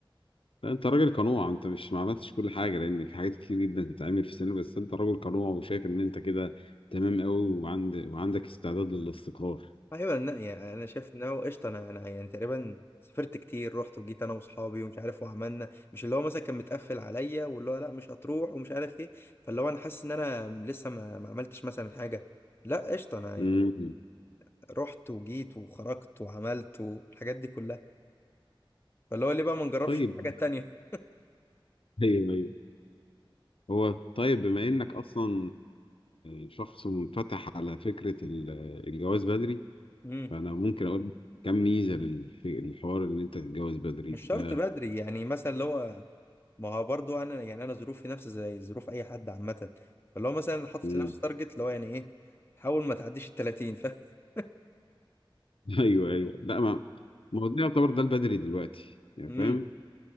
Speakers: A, on the left (about 75°); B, on the left (about 25°).
A: لا انت راجل قنوع انت مش ما عملتش كل حاجه لان في حاجات كتير جدا تتعمل في السينما بس انت راجل قنوع وشايف ان انت كده تمام قوي وعند وعندك استعداد للاستقرار
B: ايوه لا يعني انا شايف ان هو قشطه انا انا يعني تقريبا سافرت كتير رحت وجيت انا واصحابي ومش عارف وعملنا مش اللي هو مثلا كان متقفل عليا واللي هو لا مش هتروح ومش عارف ايه فاللي هو انا حاسس ان انا لسه ما, ما عملتش مثلا حاجه لا قشطه انا يعني
A: امم
B: رحت وجيت وخرجت وعملت والحاجات دي كلها فاللي هو ليه بقى ما نجربش
A: طيب
B: الحاجه التانيه
A: ايوه ايوه هو طيب بما انك اصلا آه، شخص منفتح على فكره ال- الجواز بدري
B: امم
A: فانا ممكن اقول كم ميزه للحوار ان انت تتجوز بدري
B: مش شرط
A: ده
B: بدري يعني مثلا اللي هو ما هو برضو انا يعني انا ظروفي نفس زي ظروف اي حد عامه فاللي هو مثلا حاطط
A: مم.
B: لنفسي تارجت اللي هو يعني ايه حاول ما تعديش ال 30 <laughs>
A: <laughs> ايوه ايوه لا ما ما هو ده يعتبر ده البدري دلوقتي يعني
B: امم
A: فاهم